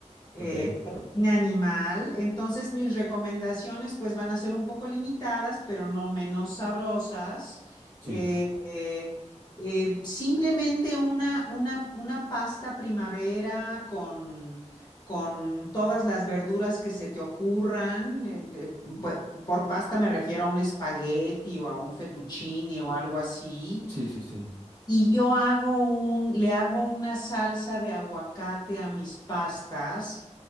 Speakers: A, on the left; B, on the right.
A: eh,
B: ok,
A: proteína animal. Entonces, mis recomendaciones pues van a ser un poco limitadas, pero no menos sabrosas.
B: sí,
A: Eh, eh, eh, simplemente una, una, una pasta primavera con, con todas las verduras que se te ocurran. eh, eh, pu- por pasta me refiero a un espagueti o a un fettuccine o algo así.
B: sí, sí, sí.
A: Y yo hago un, le hago una salsa de aguacate a mis pastas